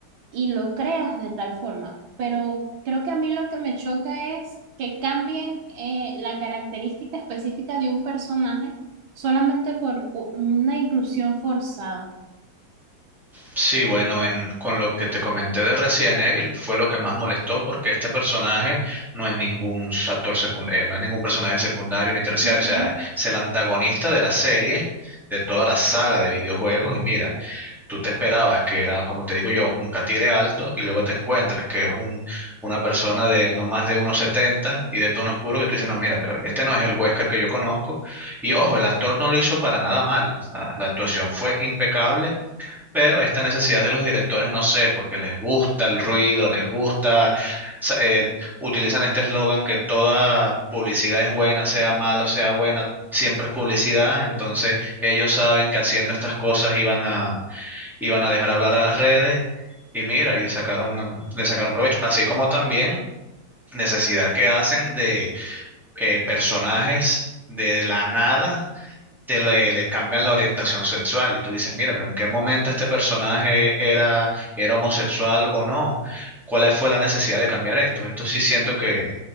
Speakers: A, on the right; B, in the centre.
A: y lo creas de tal forma. Pero creo que a mí lo que me choca es que cambien eh, la característica específica de un personaje solamente por u- una inclusión forzada.
B: Sí, bueno, en, con lo que te comenté de Resident Evil fue lo que más molestó porque este personaje no es ningún actor secun- eh, no es ningún personaje secundario ni terciario,
A: Ujú,
B: o sea, es el antagonista de la serie, de toda la saga de videojuegos y mira, tú te esperabas que era, como te digo yo, un catire alto y luego te encuentras que es un, una persona de no más de 1,70 y de tono oscuro que tú dices, no, mira, pero este no es el Wesker que yo conozco y ojo, el actor no lo hizo para nada mal, la la actuación fue impecable pero esta necesidad de los directores, no sé, porque les gusta el ruido, les gusta, sa- eh, utilizan este eslogan que toda publicidad es buena, sea mala o sea buena, siempre es publicidad, entonces ellos saben que haciendo estas cosas iban a, iban a dejar hablar a las redes y mira, y sacaron, le sacaron provecho, así como también necesidad que hacen de eh, personajes de la nada te le, le cambian la orientación sexual y tú dices, mira, pero ¿en qué momento este personaje era, era homosexual o no? ¿Cuál fue la necesidad de cambiar esto? Esto sí siento que,